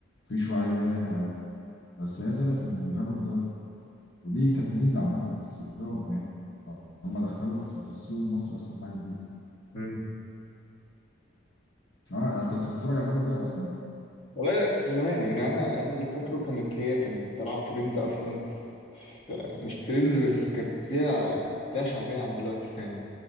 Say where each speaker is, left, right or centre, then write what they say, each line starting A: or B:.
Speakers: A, on the left (about 60°); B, on the left (about 30°).
A: مفيش وعي ليها هنا قوي بس هي طلعت من رابر دار ودي كانت ميزة عامة تحسب لهم يعني هم دخلوا في في السوق المصري اصلا حاجة جديدة
B: مم.
A: اه انت كنت بتتفرج على رابر داي اصلا؟
B: والله لا كنت زمان يعني أنا أنا اللي فاكره كانت هي كانت طالعة ترند أصلا ف- مش ترند بس كانت فيها ليها شعبية عن دلوقتي كانت